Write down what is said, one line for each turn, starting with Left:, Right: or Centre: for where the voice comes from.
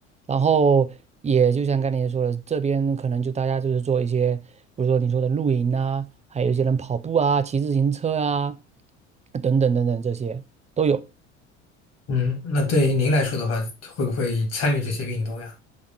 Right: 然后也就像刚才说的，这边可能就大家就是做一些，比如说你说的露营啊，还有一些人跑步啊、骑自行车啊，等等等等这些都有。
Left: 嗯，那对于您来说的话，会不会参与这些运动呀？